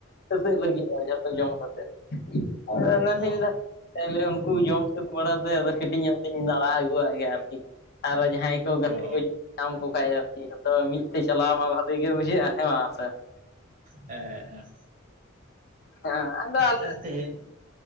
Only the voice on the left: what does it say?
ᱥᱟᱹᱛᱟᱹᱜ ᱞᱟᱹᱜᱤᱫᱼᱟ ᱡᱚᱛᱚ ᱡᱚᱢ ᱠᱟᱛᱮᱫ᱾ <inaudible>
ᱛᱟᱦᱚᱞᱮ ᱩᱱᱠᱩ ᱡᱚᱢ ᱥᱟᱹᱛ ᱵᱟᱲᱟ ᱛᱮ ᱟᱫᱚ ᱠᱟᱹᱴᱤᱡ ᱧᱚᱜ ᱚᱱᱛᱮ ᱫᱟᱬᱟ ᱟᱹᱜᱩᱣᱟᱜ ᱜᱮ ᱟᱨᱠᱤ ᱟᱨᱚ ᱡᱟᱦᱟᱸᱭᱼᱼ ᱜᱟᱛᱮ ᱠᱚ
ᱧᱟᱢ ᱠᱚ ᱠᱷᱟ ᱟᱨᱠᱤ ᱡᱚᱛᱚ ᱢᱤᱫ ᱛᱮ ᱪᱟᱞᱟᱣ ᱢᱟ ᱵᱷᱟᱜᱤ ᱜᱮ ᱵᱩᱡᱷᱟᱹᱜᱼᱟ ᱦᱮᱸ ᱵᱟᱝ ᱥᱮ᱾
ᱦᱮᱸ ᱟᱫᱚ ᱟᱞᱮ